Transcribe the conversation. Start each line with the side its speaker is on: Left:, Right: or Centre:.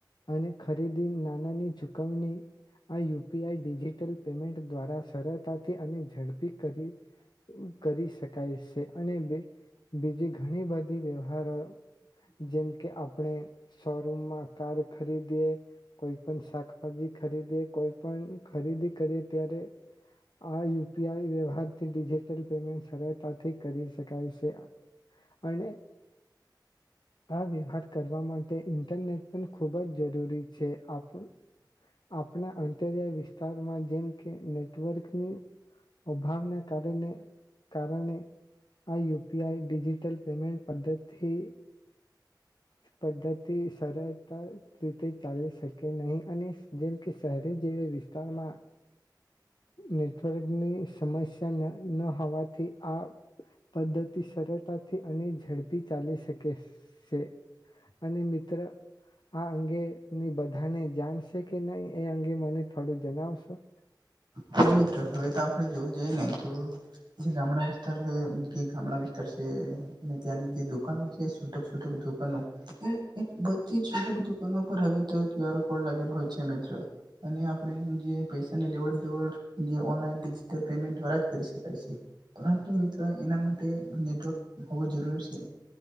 Left: અને ખરીદી નાનાની ચૂકવણી આ યુપીઆઈ ડિજિટલ પેમેન્ટ દ્વારા સરળતાથી અને ઝડપી કરી કરી શકાય છે. અને બે બીજી ઘણી બધી વ્યવહારો જેમ કે, આપણે શોરૂમમાં કાર ખરીદીએ કોઈ પણ શાકભાજી ખરીદે, કોઈ પણ ખરીદી કરીએ ત્યારે આ યુપીઆઈ વ્યવહારથી ડિજિટલ પેમેન્ટ સરળતાથી કરી શકાય છે. અને આ વ્યવહાર કરવા માટે ઇન્ટરનેટ પણ ખુબ જ જરૂરી છે આપણા અંતરિયાળ વિસ્તારમાં જેમ કે નેટવર્કની અભાવના કારણે કારણે આ યુપીઆઈ ડિજિટલ પેમેન્ટ પદ્ધતિ પદ્ધતિ સરળતા રીતે ચાલી શકે નહી અને જેમ કે શહેરી જેવી વિસ્તારમાં નેટવર્કની સમસ્યા ન ન હોવાથી આ પદ્ધતિ સરળતાથી અને ઝડપી ચાલી શકે છે અને મિત્ર આ અંગે ની બધાને જાણશે કે નહીં એ અંગે મને થોડું જણાવશો
Right: હા મિત્રો હવે તો આપણે જોવા જઈએ ને તો જે ગામડા વિસ્તાર જે ગામડા વિસ્તાર છે હમ અને ત્યાંની જે દુકાનો છે શું છૂટક છૂટક દુકાનો એ બધી છૂટક દુકાનો તે કવર કોડ લાગેલય છે અમિત્ર અને આપડણે જે પૈસા ની લેવડ દેવડ જે ઓનલાઈન ડિજટલ પેમેન્ટ દ્વારા જ કરી શકાય છે પરંતુ મિત્રો એના માટે નેટવર્ક હોવું જરૂરી છે